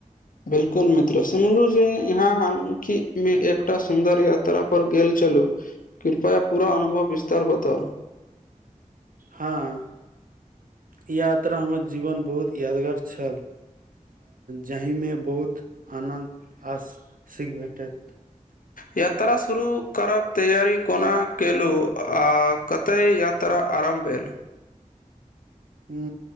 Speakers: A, on the left; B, on the right.
A: बिलकुल मित्र सुनलु जे यहाँ हालकि मे एकटा सुन्दर यात्रा पर गेल छलु कृपया पूरा अनुभव विस्तार बताउ
B: हँ ई यात्रा हमर जीवन बहुत यादगार छल जाहिमे बहुत आनन्द आ सीख भेटत
A: यात्रा शुरू करब तैयारी कोना केलहुँ आ कतय यात्रा त्रा आराम भेल
B: उ